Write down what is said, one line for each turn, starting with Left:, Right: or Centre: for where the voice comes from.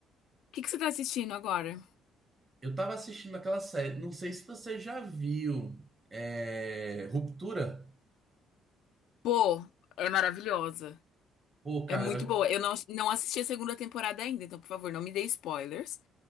Left: que que você tá assistindo agora?
Right: Eu tava assistindo aquela série, não sei se você já viu, é, Ruptura.
Left: Pô, é maravilhosa.
Right: Pô, cara,
Left: É muito boa.
Right: eu-
Left: Eu não, não assisti a segunda temporada ainda, então, por favor, não me dê spoilers.